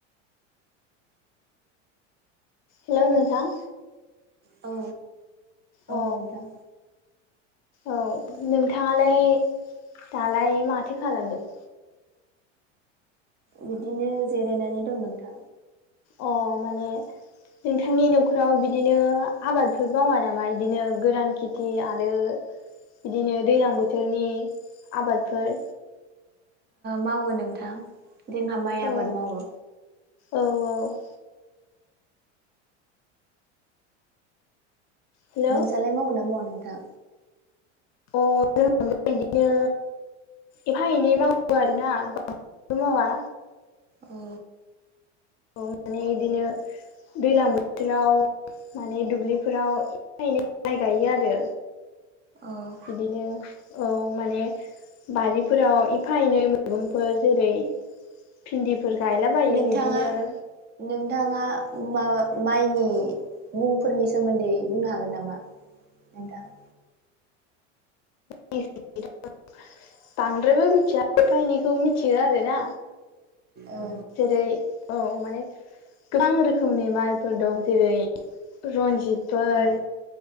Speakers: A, on the left (about 45°); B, on the right (about 30°).
A: हेल' नोंथां
B: औ
A: अ
B: नोंथां
A: औ नोंथाङालाय दालाय माथो खालामदों
B: बिदिनो जिरायनानै दं नोंथां
A: अ माने नोंथांनि न'खराव बिदिनो आबादफोर मावा नामा बिदिनो गोरान खेथि आरो बिदिनो दैज्लां बोथोरनि आबादफोर
B: मावो नोंथां जोंहा माइ
A: औ
B: आबाद मावो
A: औ औ हेलौ
B: नोंसोरलाय मावगोन ना मावा नोंथां?
A: अ जों बिदिनो एफा एनै मावो आरोना बांबो मावा।
B: औ
A: माने बिदिनो दैज्लां बोथोराव माने दुब्लिफोराव ए एनै माइ गायो आरो।
B: औ
A: बिदिनो औ माने बारिफोराव एफा एनै मैगंफोर जेरै भिन्दि फोर गायलाबायो
B: नोंथाङा
A: बिदिनो
B: नोंथाङा मा माइनि मुंफोरनि सोमोन्दै बुंनो हागोन नामा? <inaudible>
A: <unintelligible> बांद्राय बो मिथिया एफायनैखौ मिथियो आरोना
B: औ
A: जेरै औ माने गोबां रोखोमनि माइफोर दं जेरै रनजित फोर
B: औ